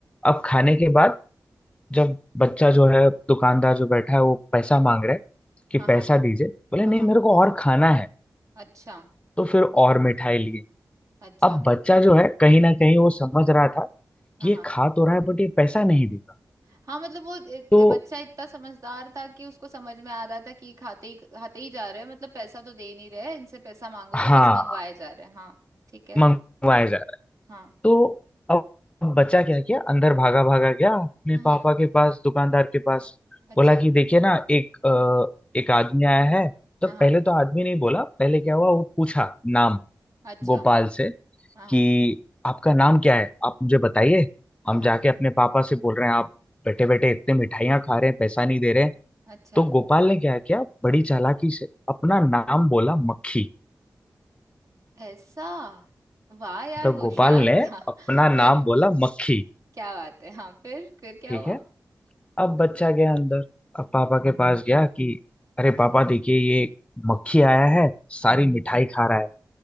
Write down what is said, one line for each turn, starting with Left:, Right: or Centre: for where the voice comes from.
Left: अब खाने के बाद जब बच्चा जो है दुकानदार जो बैठा है वो पैसा मांग रहा है कि
Right: हाँ हाँ
Left: पैसा दीजिए बोले
Right: हाँ
Left: नहीं
Right: हाँ
Left: मेरे को और खाना है
Right: अच्छा
Left: तो फिर और मिठाई लिए
Right: अच्छा
Left: अब बच्चा जो है कहीं ना कहीं वो समझ रहा था
Right: हाँ
Left: कि ये
Right: हाँ
Left: खा तो रहा है बट ये पैसा नहीं देगा
Right: हाँ मतलब वो ए-
Left: तो
Right: ए- बच्चा इतना समझदार था कि उसको समझ में आ रहा था कि ये खाते ही खाते ही जा रहे हैं मतलब पैसा तो दे नहीं रहे इनसे पैसा मांगो
Left: हाँ
Right: तो बस मंगवाए जा रहे हैं हाँ ठीक है
Left: मंगवाया जाए।
Right: हाँ
Left: तो अब अब बचा क्या क्या अंदर भागा भागा गया अपने
Right: हम्म
Left: पापा के पास दुकानदार के पास
Right: अच्छा
Left: बोला कि देखिए ना एक अ, एक आदमी आया है तो
Right: हाँ हाँ
Left: पहले तो आदमी नहीं बोला पहले क्या हुआ वो पूछा नाम
Right: अच्छा
Left: गोपाल से
Right: हाँ
Left: कि आपका नाम क्या है आप मुझे बताइए
Right: हाँ
Left: हम
Right: हाँ
Left: जाके अपने पापा से बोल रहे हैं आप बैठे बैठे इतने मिठाइयाँ खा रहे हैं पैसा नहीं दे रहे हैं
Right: अच्छा
Left: तो गोपाल ने क्या किया बड़ी चालाकी से अपना नाम बोला मक्खी
Right: ऐसा वाह यार
Left: तो
Right: होशियार
Left: गोपाल ने
Right: था <laughs>
Left: अपना नाम
Right: बस
Left: बोला मक्खी
Right: क्या बात है हाँ फिर फिर क्या
Left: ठीक
Right: हुआ
Left: है अब बच्चा गया अंदर अब पापा के पास गया कि अरे पापा देखिए ये मक्खी आया है सारी मिठाई खा रहा है